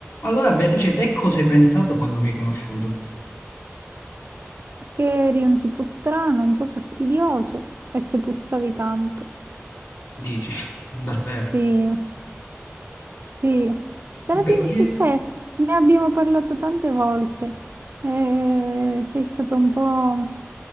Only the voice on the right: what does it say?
che eri un tipo strano, un po' fastidioso e che puzzavi tanto.
Sì, sì. Te ne abbiamo,
te- cioè, ne abbiamo parlato tante volte. Eh, sei stato un po',